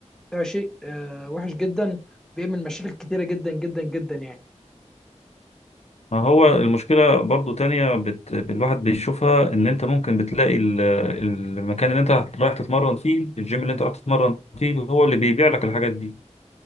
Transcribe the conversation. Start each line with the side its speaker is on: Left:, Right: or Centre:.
Centre: ده شيء آه، وحش جدا بيعمل مشاكل كتيره جدا جدا جدا يعني
Left: ما هو المشكلة برضو تانية بت... الواحد بيشوفها إن أنت ممكن بتلاقي ال- المكان اللي أنت رايح تتمرن فيه الجيم اللي أنت رايح تتمرن فيه هو اللي بيبيع لك الحاجات دي